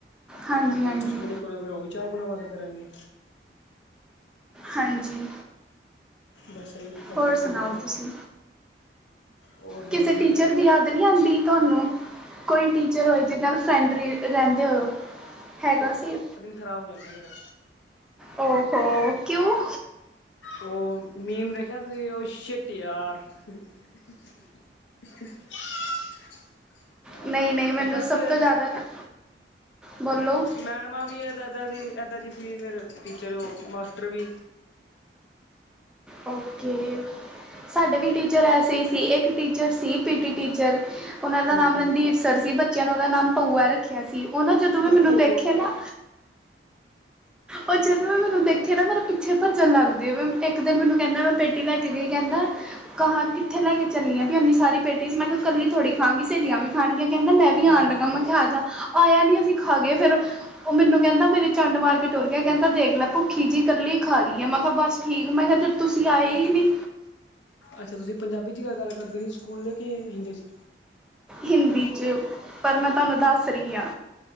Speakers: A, in the centre; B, on the left.
A: ਹਾਂਜੀ ਹਾਂਜੀ
B: ਜੇ ਦੁਸ਼ਮਣੀਪੁਰ ਫੇਰ ਉਹ ਵੀ, ਚਾਰ ਗੁਣਾ ਵਧ ਕਰਾਂਗੇ।
A: ਹਾਂਜੀ।
B: ਬਸ ਇਹੀ
A: ਹੋਰ
B: ਇੰਨਾ
A: ਸੁਣਾਓ
B: ਕੁ ਹਿਸਾਬ
A: ਤੁਸੀਂ?
B: ਹੋਰ
A: ਕਿਥੇ
B: ਬਸ ਜੀ
A: ਟੀਚਰ ਦੀ ਯਾ ਨੀ ਆਉਂਦੀ, ਤੁਹਾਨੂੰ। ਕੋਈ ਟੀਚਰ ਹੋਏ। ਜਿਹਦੇ ਨਾਲ, ਫਰੈਂਡ ਰਹਿੰਦੇ ਹੋਏ। ਹੈਗਾ ਸੀ।
B: ਖਰਾਬ ਹੋ ਜਾਂਦ। ਮੇਰਾ
A: ਓਹੋ ਹੋੋ, ਕਿਉ?
B: ਉਹ ਮੀਮ, ਵੇਖਿਆ ਤੁਸੀਂ, ਉਹ ਛੀਟ ਯਾਰ। <unintelligible>
A: ਨਹੀਂ ਨਹੀਂ ਮੈਨੂੰ
B: ਬੱਸ,
A: ਸਭ ਤੋਂ ਜ਼ਿਆਦਾ ਨਾ ਬੋਲੋ
B: ਮੈਡਮਾਂ ਵੀ ਹੈ। ਇਦਾ ਜੀ, ਏਦਾ ਜੀ ਸੀ। ਸੀ ਫੇਰ ਟੀਚਰ, ਮਾਸਟਰ ਵੀ
A: ਓਕੇ। ਸਾਡੇ ਵੀ, ਟੀਚਰ ਐਸੇ ਹੀ ਸੀ। ਇੱਕ ਟੀਚਰ ਸੀ ਪੀਟੀ ਟੀਚਰ। ਉਹਨਾਂ ਦਾ
B: ਹਾਂਜੀ
A: ਨਾਮ,
B: ਹਾਂਜੀ
A: ਰਣਧੀਰ ਸਰ ਸੀ। ਬੱਚਿਆਂ ਨੇ ਉਹਦਾ ਨਾਮ, ਪਊਆ ਰੱਖਿਆ ਸੀ। ਉਹਨਾਂ ਜਦੋਂ ਵੀ ਮੈਨੂੰ
B: ਪਓਾਆ
A: ਦੇਖੇ ਨਾ ਉਹ ਜਦੋਂ। ਮੈਂ, ਮੈਨੂੰ ਦੇਖੇ ਨਾ, ਮੇਰੇ ਪਿੱਛੇ ਭੱਜਣ ਲੱਗ ਦੇ। ਇੱਕ ਦਿਨ, ਮੈਨੂੰ ਕਹਿੰਦਾ, ਮੈਂ ਪੇਟੀ ਲੈ ਕੇ ਗਈ। ਕਹਿੰਦਾ ਕਾਂਹਾ, ਕਿੱਥੇ ਲੈ ਕੇ ਚੱਲਣੀ ਆ। ਵੀ ਇੰਨੀ ਸਾਰੀ ਪੇਟੀਜ਼, ਮੈਂ ਕਿਹਾ ਕੱਲੀ ਥੋੜੀ ਖਾਂਓਗੀ, ਸਹੇਲੀਆਂ ਵੀ ਖਾਣਗੀਆਂ। ਕਹਿੰਦਾ ਮੈਂ ਵੀ
B: ਹਾਂ
A: ਆਉਣ ਲੱਗਾ। ਮੈਂ ਕਿਹਾ ਆਜਾ, ਆਇਆ ਨੀ ਅਸੀਂ ਖਾਗੇ ਫੇਰ, ਉਹ ਮੈਨੂੰ ਕਹਿੰਦਾ। ਮੇਰੇ ਚਾ ਟੋੁਰ ਗਿਆ। ਕਹਿੰਦਾ ਦੇਖ ਲੈ ਭੁੱਖੀ ਜੀ, ਕੱਲੀ ਖਾ ਰਹੀ ਆ। ਮੈਂ ਕਿਹਾ ਬਸ ਠੀਕ, ਮੈਂ ਕਿਹਾ ਜ ਤੁਸੀਂ ਆਏ ਨੀ।
B: ਅੱਛਾ। ਤੁਸੀਂ ਪੰਜਾਬੀ ਚ ਗੱਲ ਕਰਦੇ ਸੀ। ਸਕੂਲ ਲੇ, ਕਿ ਹਿੰਦੀ ਚ।
A: ਹਿੰਦੀ ਚ। ਪਰ ਮੈਂ ਤੁਹਾਨੂੰ, ਦੱਸ ਰਹੀ ਹਾਂ।